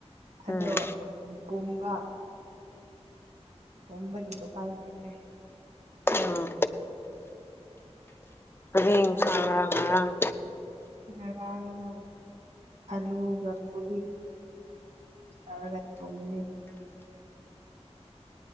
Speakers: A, on the right; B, on the left.
A: ꯑꯗꯣ
B: ꯎꯝ
A: ꯄ ꯋꯥ ꯄꯨꯝꯝꯕꯒꯤ ꯎꯄꯥꯏ ꯂꯩꯇ꯭ꯔꯦ
B: ꯎꯝ ꯀꯔꯤ ꯏꯟꯁꯥꯡ
A: ꯑ
B: ꯔꯥ ꯉꯔꯥꯡ
A: ꯉꯔꯥꯡꯗꯣ ꯑꯂꯨꯒ ꯀꯣꯕꯤ ꯌꯥꯔꯒ ꯈꯣꯡꯒꯅꯦꯕ